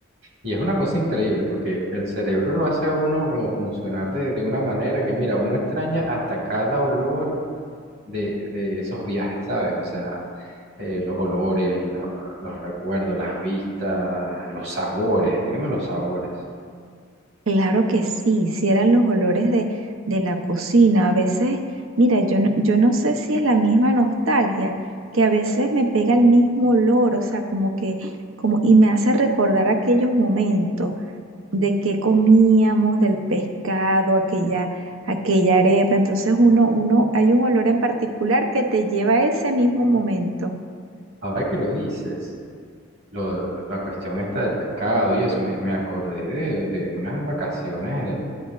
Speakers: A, on the right (about 55°); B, on the right (about 80°).
A: Y es una cosa increíble porque el cerebro lo hace a uno como funcionar de, de una manera que, mira, uno extraña hasta cada olor de, de esos viajes, ¿sabes? O sea, eh, los olores, lo- los recuerdos, las vistas, los sabores, dígame los sabores.
B: Claro que sí, si eran los olores de, de la cocina. A veces, mira, yo no, yo no sé si es la misma nostalgia, que a veces me pega el mismo olor, o sea, como que, como, y me hace recordar aquellos momentos de que comíamos, del pescado, aquella, aquella arepa. Entonces uno, uno, hay un olor en particular que te lleva a ese mismo momento.
A: Ahora que lo dices, lo- la cuestión esta del pescado y eso, me, me acordé de, de unas vacaciones eh,